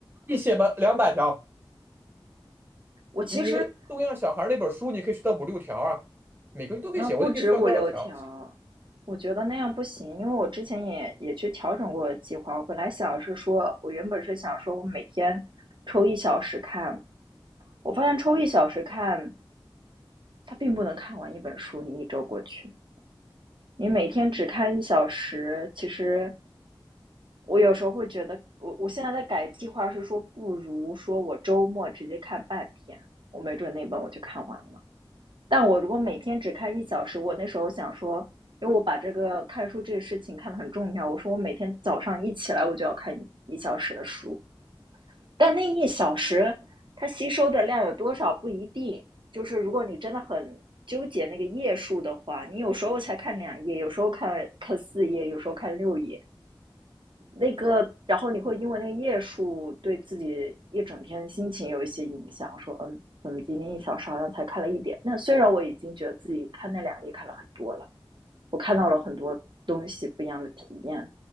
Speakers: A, on the right; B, on the right.
A: 你写吧，两百条，
B: 我其实
A: 你一个东亚小孩那本书，你可以学到五六条啊，每个人都可以写，
B: 那不止五六条，
A: 我就可以学到多少条
B: 我觉得那样不行，因为我之前也也去调整过计划。我本来想是说，我原本是想说我每天抽一小时看，我发现抽一小时看，它并不能看完一本书，你一周过去。你每天只看一小时，其实我有时候会觉得，我我现在在改计划是说，不如说我周末直接看半天，我没准那本我就看完了。但我如果每天只看一小时，我那时候想说，因为我把这个看书这个事情看得很重要，我说我每天早上一起来我就要看一小时的书，但那一小时，它吸收的量有多少不一定。就是如果你真的很纠结那个页数的话，你有时候才看两页，有时候看看四页，有时候看六页。那个，然后你会因为那个页数对自己一整天心情有一些影响。说，嗯，怎么今天一小时好像才看了一点？那虽然我已经觉得自己看那两页看了很多了，我看到了很多东西不一样的体验，